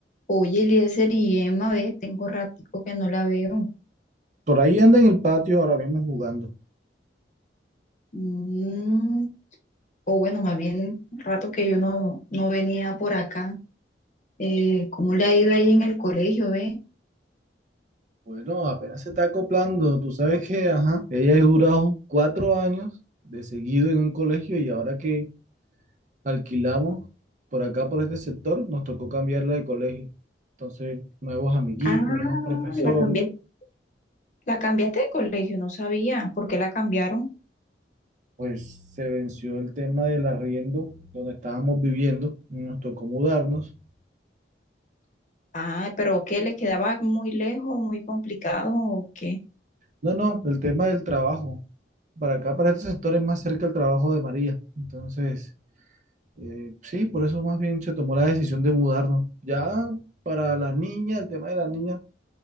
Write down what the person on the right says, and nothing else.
Por ahí anda en el patio ahora mismo jugando.
Bueno, apenas se está acoplando. Tú sabes que, ajá, Ella ha durado cuatro años de seguido en un colegio y ahora que alquilamos por acá, por este sector, nos tocó cambiarla de colegio. Entonces, nuevos amiguitos,
nuevos profesores,
pues se venció el tema del arriendo donde estábamos viviendo y nos tocó mudarnos.
No, no, el tema del trabajo. Para acá, para este sector es más cerca el trabajo de María. Entonces, Eh, sí, por eso más bien se tomó la decisión de mudarnos. Ya para la niña, el tema de la niña,